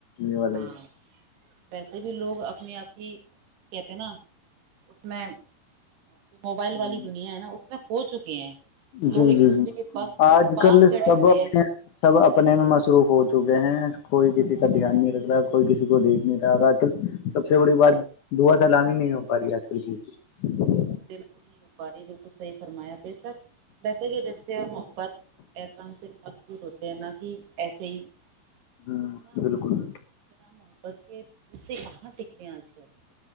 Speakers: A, on the left (about 65°); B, on the right (about 85°).
A: یہ والا
B: ہاں
A: ہی
B: ویسے بھی لوگ میں آپ کی کہتے ہیں نا اس میں <inaudible> جو موبائل
A: جی
B: والی دنیا ہے نا میں کھو چکی ہیں
A: جی
B: لوگ ایک
A: جی
B: دوسرے
A: جی
B: کے پاس
A: آج
B: پاس
A: کل
B: بیٹھے
A: سب
B: ہوتے
A: اپنے
B: ہیں
A: سب اپنے میں مصروف ہو چک چونکہ ہیں کوئی کسی کا دھیان نہیں رکھرہا کوئی کسی کو دیکھ نہیں رہا اور آج کل سب سے بڑی بات دعا سلامی نہیں ہو پا رہی ہے آج کل کسی سے
B: بلکل نہیں ہو پا رہی بلکل صحی فرمایا دے سک ویسے ہی رشتے اور محبت انسان سے مجبور ہوتا ہے نا کہ ایسے ہی
A: ہ
B: کیونکہ نا
A: بالکل
B: ن محبت کے رستے کہاں ٹکتے ہیں آج کل